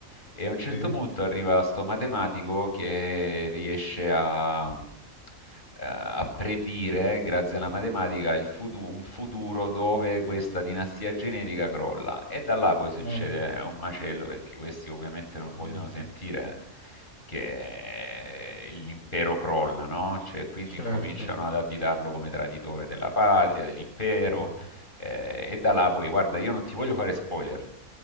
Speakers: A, on the left; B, on the left.
A: e a un certo
B: sì,
A: punto arriva sto matematico che riesce a, eh, a predire, grazie alla matematica, il futu- un futuro dove questa dinastia genetica crolla. E da là poi succede
B: no,
A: un macello perché questi ovviamente non vogliono
B: mm,
A: sentire che l'impero crolla, no? Cioè, quindi
B: certo.
A: incominciano ad additarlo come traditore della patria, dell'impero,
B: Mm,
A: eh, e da là poi, guarda, io non ti voglio fare spoiler.